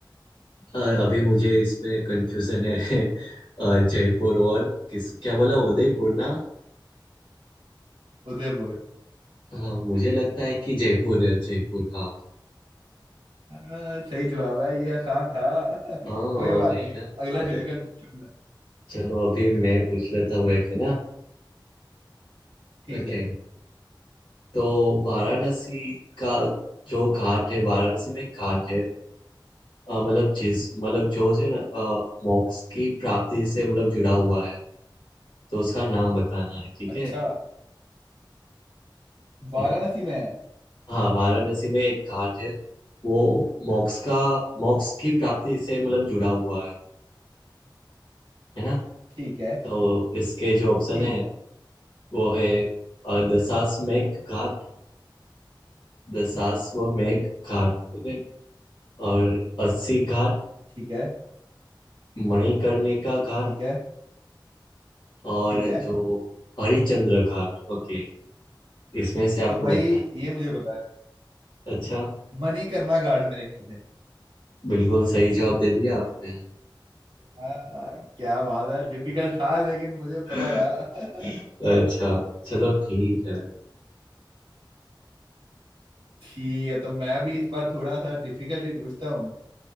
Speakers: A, on the left; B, on the right.
A: अ, अभी मुझे इसमें कंफ्यूजन है <laughs> अ, जयपुर और किस क्या बोला उदयपुर ना
B: उदयपुर
A: हाँ मुझे लगता है कि जयपुर है जयपुर हाँ
B: हाँ, सही जवाब है ये आसान था <laughs>
A: हाँ
B: कोई बात
A: वही
B: नहीं
A: ना
B: अगला
A: <laughs>
B: डिफिकल्ट पूछो
A: चलो अभी मैं पूछ लेता हूँ एक है ना
B: ठीक
A: ओके
B: है
A: तो वाराणसी का जो घाट है वाराणसी में एक घाट है अ, मतलब जिस मतलब जो है ना अ, मोक्ष की प्राप्ति से मतलब जुड़ा हुआ है तो उसका नाम बताना है ठीक
B: अच्छा
A: है
B: वाराणसी
A: है ना
B: में है
A: हाँ वाराणसी में एक घाट है वो मोक्ष का मोक्ष की प्राप्ति से मतलब जुड़ा हुआ है है ना
B: ठीक है
A: तो इसके जो ऑप्शन
B: ठीक
A: है
B: है
A: वो है अ, दशाश्वमेध घाट दशाश्वमेध घाट ओके और अस्सी घाट
B: ठीक है
A: मणिकर्णिका घाट
B: ठीक है
A: और
B: ठीक है
A: जो हरिश्चंद्र घाट ओके इसमें से आपको
B: तो भाई
A: बताना
B: ये
A: है।
B: मुझे पता है
A: अच्छा
B: मणिकर्णा घाट मेरे ख्याल से
A: बिल्कुल सही जवाब दे दिया आपने
B: हाँ क्या बात है डिफिकल्ट था लेकिन मुझे
A: <laughs>
B: पता था <laughs>
A: अच्छा चलो ठीक है
B: ठीक है तो मैं भी इस बार थोड़ा सा डिफिकल्ट ही पूछता हूँ